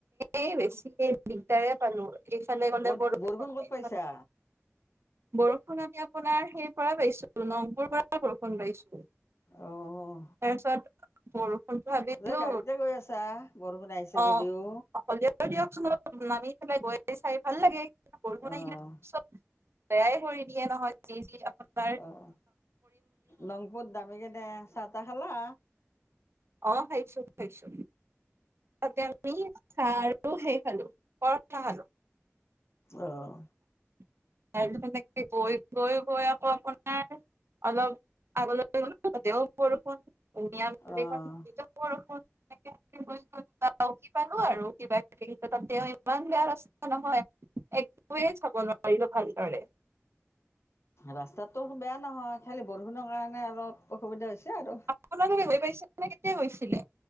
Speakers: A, on the right; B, on the left.
A: এই বেছিকে দিগদাৰে পালো। এইফালে গলে
B: ক'ত, বৰষুণ ক'ত
A: এইফালে
B: পাইছা?
A: বৰষুণ আমি আপোনাৰ সেইপৰে পাইছো। ত নংপুৰ পৰা বৰষুণ পাইছো
B: অঁ
A: তাৰপিছত বৰ <unintelligible>
B: যে গাড়ীতে গৈ আছা বৰষুণ আহিছে
A: অ
B: যদিও
A: <unintelligible> দিয়কচোন নামি পেলাই গৈ <unintelligible> চাই ভাল লাগে। বৰষুণ
B: অঁ
A: আহিলে চব তৈয়াই কৰি দিয়ে নহয় যি ঠি তাৰ
B: অ নংপুত নামিকিনে চাহ তাহ খালা।
A: অহ খাইছো খাইছো। তাতে আমি। চাহ আৰু হেৰী খালো। পৰঠা খালোঁ।
B: অহ।
A: ক গৈ গৈ গৈ আকৌ আপোনাৰ অলপ আগলৈ বৰষু। <unintelligible> কি প
B: অঁ
A: <unintelligible> আৰু কিবা কিবি ক ত তেওঁ ইমান বেয়া ৰাস্তা নহয় একোৱেই চাব নোৱাৰিলো ভালদৰে।
B: ৰাস্তাতটো বেয়া নহয়, খালি বৰষুণৰৰ কাৰণে অলপ অসুবিধা হৈছে আৰু
A: আপোনালোকে গৈ পাইছেনে, কেতিয়া গৈছিলে,